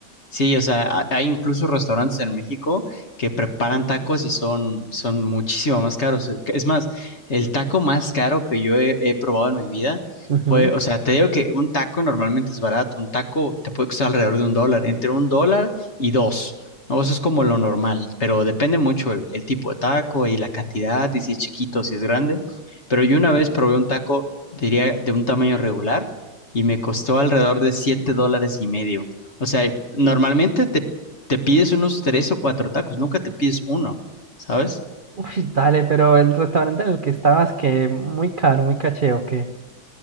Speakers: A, on the left; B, on the right.
A: sí, o sea, ha- hay incluso restaurantes en México que preparan tacos y son, son muchísimo más caros. Es más, el taco más caro que yo he, he probado en mi vida
B: Ujú.
A: fue, o sea, te digo que un taco normalmente es barato. Un taco te puede costar alrededor de un dólar, entre un dólar y dos. ¿no? Eso es como lo normal, pero depende mucho el el tipo de taco y la cantidad y si es chiquito, o si es grande. Pero yo una vez probé un taco, diría, de un tamaño regular y me costó alrededor de 7 dólares y medio. O sea, normalmente
B: Ujú.
A: te, te pides unos 3 o 4 tacos, nunca te pides uno, ¿sabes?
B: Uy, dale, pero el restaurante en el que estabas, que muy caro, muy caché, ¿o qué?